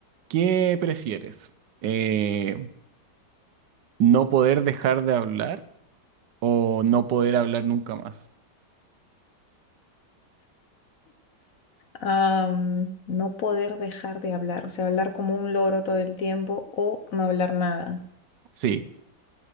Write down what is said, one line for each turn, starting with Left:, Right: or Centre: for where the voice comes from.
Right: ¿qué prefieres? Eh, ¿no poder dejar de hablar o no poder hablar nunca más?
Left: Am, no poder dejar de hablar, o sea, hablar como un loro todo el tiempo o no hablar nada.
Right: Sí,